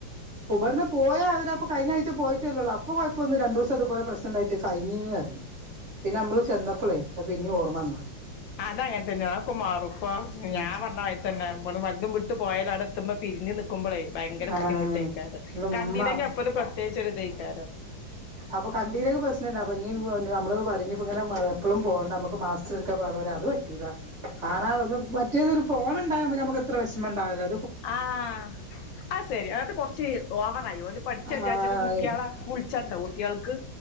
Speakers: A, on the right; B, on the left.
A: ഇബട്ന്ന് പോയാ അവ അപ്പൊഴിഞ്ഞ ആഴ്ച പോയിട്ടേല്ലോ അപ്പൊ കൊഴപ്പ ഒന്ന് രണ്ടു ദസം അതുപലെ പ്രശ്നം റ്റണ്ടായിട്ടേ കഴിഞീ നറയും പിന്നമ്മള് ചെന്നപ്പളെ പിന്നീഓർമ്മ വന്നാ
B: അതങ്ങൻതന്നെ. അഹ്ക്കെമാറും പ്പൊ.
A: ഉം
B: ഞാ പറഞമാരി. ത്തന്നെ. വട്ന്ന് വറ്റും വിട്ട് പോയാല് ആടെ എത്തുമ്പം പിരിഞ് നി ക്കുമ്പളെ ഭയങ്കരെ
A: ആഹ്
B: ബുദ്ധിമുട്ടെയ്ക്കാരം.
A: ഇവടെ
B: കണ്ടീലെങ്കി
A: ഉമ്മ
B: അപ്പൊരു പ്രത്യേകിച്ചൊരിതേക്കാരം.
A: അപ്പകണ്ടീലെങ്കി പ്രശ്നല്ല. അപ്പ ഞ്ഞി ഞമ്മള് പറയും. ഞ് പ്പങ്ങനെ എപ്പളും പോണ്ട. അമ്മക്ക് മാസ സൊരിക്ക പോയാമതി. അത് പറ്റൂല. കാണാള്ളത് മറ്റേതൊരു ഫോണ് ണ്ടായമതി. നമക്കെത്ര വെഷമണ്ടാവൂല.
B: ആഹ്.. അഹ് സര്യാ. അത് കൊറച്ച് ഓവറായി. പഠിച്ചാരിച്ചിട്ട്
A: ആഹ്
B: കുട്ട്യാളാ വിൾച്ചണ്ടേ കുട്ട്യാൾക്ക്.